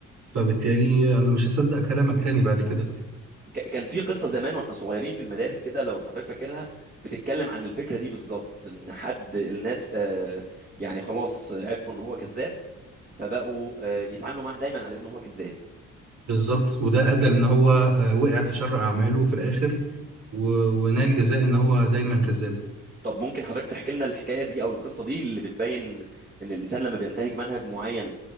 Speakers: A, on the right; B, on the right.
A: فبالتالي انا مش هصدق كلامك تاني بعد كده
B: ك- كان في قصة زمان واحنا صغيرين في المدارس كده لو حضرتك فاكرها بتتكلم عن الفكرة دي بالظبط ان حد الناس آه، يعني خلاص عرفوا ان هو كذاب فبقوا آه، يتعاملوا معاه دايما على انه هو كذاب
A: بالظبط وده ادى لان هو آه، وقع في شر اعماله في الاخر و- ونال جزاء ان هو دايما كذاب
B: طب ممكن حضرتك تحكي لنا الحكاية دي او القصة دي اللي بتبين ان الانسان لما بينتهج منهج معين